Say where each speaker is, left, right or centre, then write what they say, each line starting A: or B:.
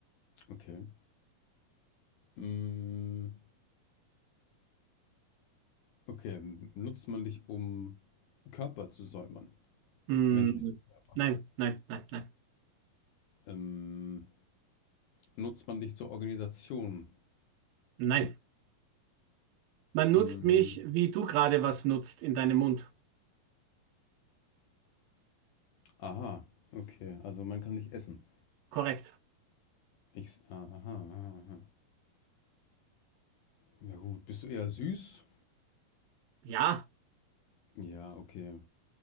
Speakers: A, on the left; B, on the right.
A: Okay. Mm, okay, nutzt man dich, um Körper zu säubern?
B: Mm,
A: Menschliche Körper.
B: nein, nein, nein, nein,
A: Ähm, nutzt man dich zur Organisation?
B: nein. Man nutzt
A: Mm,
B: mich, wie du gerade was nutzt in deinem Mund.
A: aha, okay, also man kann dich essen.
B: Korrekt.
A: Ich, aha, aha, aha. Ja gut, bist du eher süß?
B: Ja,
A: Ja, okay.